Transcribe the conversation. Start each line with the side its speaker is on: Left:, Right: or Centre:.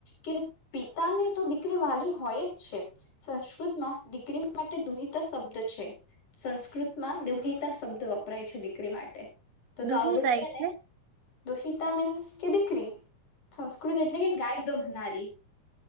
Left: કે પિતાને તો દીકરી વાલી હોય જ છે સંસ્કૃત માં દીકરી માટે દુહિત સબ્ છે સંસ્કૃતમાં દુહિતા શબ્દ વપરાય છે દીકરી માટે તો
Right: દુહી
Left: તો આવું
Right: જાય
Left: બધું
Right: એટલે
Left: ને દોહિતા મીન્સ કે દીકરી સંસ્કૃત એટલે કે ગાય દોહનારી